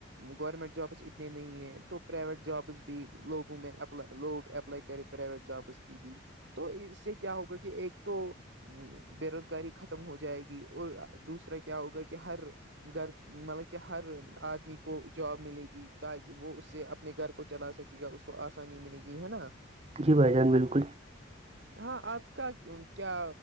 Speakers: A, on the right; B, on the right.
A: گورنمنٹ جابس اتنے نہیں ہیں تو پرائیویٹ جابس بھی لوگوں میں لوگ اپلائی کرے پرائیویٹ جابس کی بھی تو اس سے کیا ہوگا کہ ایک تو ہ بے روزگاری ختم ہو جائے گی اور دوسرا کیا ہوگا کہ ہر گھر مطلب کہ ہر آدمی کو جاب ملے گی تاکہ وہ اس سے اپنے گھر کو چلا سکے ج اس کو آسانی ملے گی ہے نا
B: جی بھائی جان بالکل ہی
A: ہاں آپ کیا